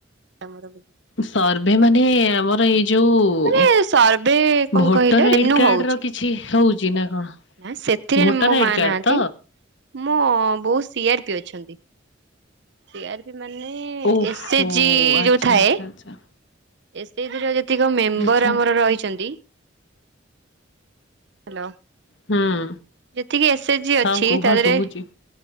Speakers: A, on the right (about 65°); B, on the left (about 65°).
A: ମୋର
B: ସର୍ଭେ ମାନେ ଆମର ଏଇ ଯୋଉ
A: ମାନେ ସର୍ଭେ କଣ
B: ଭୋଟର
A: କହିଲେ
B: ଆଇଡି
A: ରେନୁ
B: କାର୍ଡର
A: ହଉଛି
B: କିଛି ହଉଛି ନା କଣ?
A: ନା ସେଥିରେ
B: ଭୋଟର
A: ମୋ
B: ଆଇଡି
A: ମା
B: କାର୍ଡ
A: ନାହାନ୍ତି
B: ତ?
A: ମୁଁ ବହୁତ ସିଆର ପି ଅଛନ୍ତି। ସି ଆର୍ ପି ମାନେ ଏ
B: ଓହୋ
A: ସ୍ ଏ ଚ୍ ଜି
B: ଆଚ୍ଛା
A: ଯୋଉ ଥାଏ।
B: ଆଚ୍ଛା ଆଚ୍ଛା।
A: ଏ ସ୍ ଏ ଚ୍ ଜି ର ଯେତିକ ମେମ୍ବର
B: ଆଚ୍ଛା
A: ଆମର ରହିଛନ୍ତି। ହ୍ୟାଲୋ
B: ହୁଁ
A: ଯେତିକି ଏ ସ୍ ଏ ଚ୍ ଜି
B: ହଁ
A: ଅଛି
B: କୁହ
A: ତା ଦେହରେ।
B: ଶୁଭୁଛି